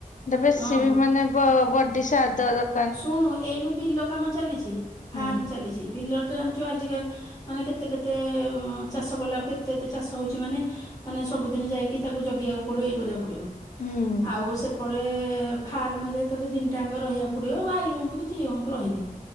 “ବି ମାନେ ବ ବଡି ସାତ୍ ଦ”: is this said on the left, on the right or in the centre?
Left